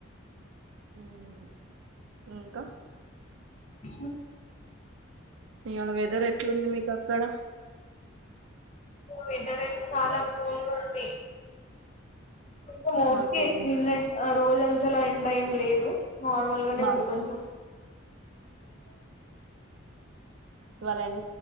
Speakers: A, on the right; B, on the left.
A: మ్ ఇంకా
B: అ
A: ఇవాళ వెదర్ ఎట్లుంది మీక్ అక్కడ
B: వెదర్ అయితే చాలా కూల్గుంది చం ఓకే
A: మాకేమో
B: నిన్న రోజంతల ఎండ ఏం లేదు నార్మల్గనే
A: మా
B: ఉంది కొంచెం
A: ఇవాళెండ్